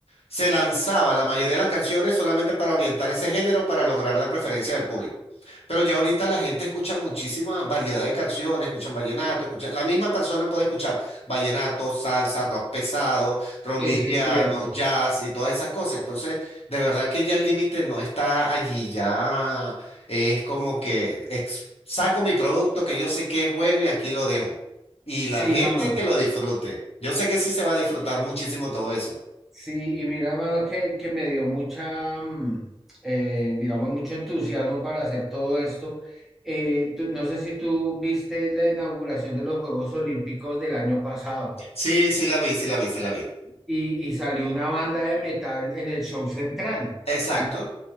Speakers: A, on the left; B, in the centre.
A: se lanzaba la mayoría de las canciones solamente para orientar ese género, para lograr la preferencia del público. Pero ya ahorita la gente escucha muchísima variedad de canciones, escuchan vallenato, escuchan, la misma persona puede escuchar vallenato, salsa, rock pesado, rock
B: eso
A: liviano,
B: es cierto.
A: jazz y todas esas cosas. Entonces, de verdad que ya el límite no está allí, ya es como que ex- saco mi producto que yo sé que es bueno y aquí lo dejo. Y
B: Sí,
A: la gente
B: no,
A: que lo disfrute. Yo sé que sí se va a disfrutar muchísimo todo eso.
B: sí, y mira, hermano, que, que me dio mucha, mm, eh, digamos, mucho entusiasmo para hacer todo esto. Eh, tú- no sé si tú viste la inauguración de los Juegos Olímpicos del año pasado
A: Sí, sí la vi, sí la vi, sí la vi.
B: y, y salió una banda de metal en el show central.
A: Exacto.
B: ¿sí?